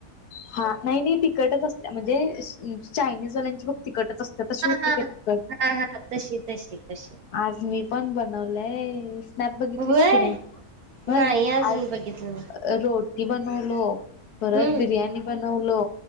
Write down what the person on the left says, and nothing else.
हा नाही नाही तिकटच असत म्हणजे चायनीजवाल्यांची बघ. तिकटच असते तशी होते
का तिकट?
आज मी पण बनवलंय स्नॅप बघितलीस
की नाही? मग
आज
रोटी बन आलो, परत
बिर्याणी बनवलो,